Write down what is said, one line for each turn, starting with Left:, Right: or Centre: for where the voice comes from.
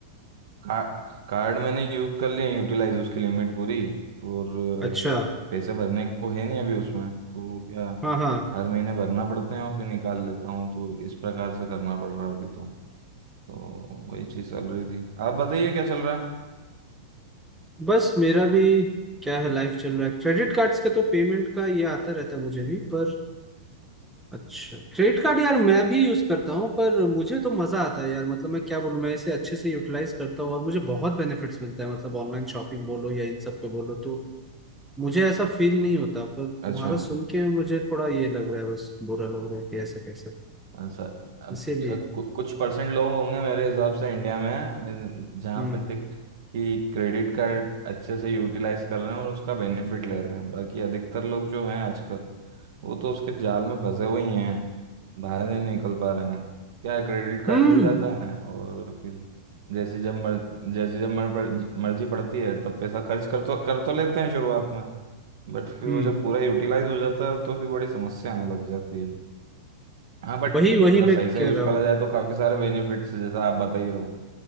Right: का, कार्ड मैंने यूज कर लिया यूटिलाइज उसकी लिमिट पूरी तो और
Centre: अच्छा
Right: अ, पैसे भरने को है नहीं अभी उसमें तो क्या
Centre: हाँ हाँ
Right: हर महीने भरना पड़ते हैं और फिर निकाल लेता हूँ तो इस प्रकार से करना पड़ रहा है अभी तो तो वही चीज़ चल रही थी आप बताइए क्या चल रहा है
Centre: बस मेरा भी क्या है लाइफ चल रहा है क्रेडिट कार्ड्स का तो पेमेंट का ये आता रहता है मुझे भी पर अच्छा क्रेडिट कार्ड यार मैं भी यूज करता हूँ पर मुझे तो मजा आता है यार मतलब मैं क्या बोलूँ मैं इसे अच्छे से यूटिलाइज करता हूँ और मुझे बहुत बेनिफिट्स मिलता है मतलब ऑनलाइन शॉपिंग बोलो या इन सब पे बोलो तो मुझे ऐसा फील नहीं होता पर तुम्हारा
Right: अच्छा
Centre: सुन के मुझे थोड़ा ये लग रहा है बस बुरा लग रहा है कि ऐसा कैसे
Right: अ, सर अब
Centre: इसीलिए
Right: सर कु, कुछ परसेंट लोग होंगे मेरे हिसाब से इंडिया में अ, जहाँ
Centre: हम्म
Right: पे है कि क्रेडिट कार्ड अच्छे से यूटिलाइज कर रहे हैं और उसका बेनिफिट ले रहे हैं बाकी अधिकतर लोग जो हैं आजकल वो तो उसके जाल में फंसे हुए ही हैं बाहर ही नहीं निकल पा रहे हैं क्या क्रेडिट कार्ड
Centre: हम्म
Right: मिल जाता है और फिर जैसे जब मर, जैसे जब मर, पर- मर्जी पड़ती है तब पैसा खर्च कर तो कर तो लेते हैं शुरुआत में बट फिर
Centre: हम्म
Right: वो जब पूरा यूटिलाइज हो जाता है तो फिर बड़ी समस्या आने लग जाती है हाँ बट
Centre: वही
Right: अगर
Centre: वही मैं
Right: सही से
Centre: कह
Right: यूज
Centre: रहा हूँ
Right: करा जाए तो काफी सारे बेनिफिट्स जैसा आप बता ही रहो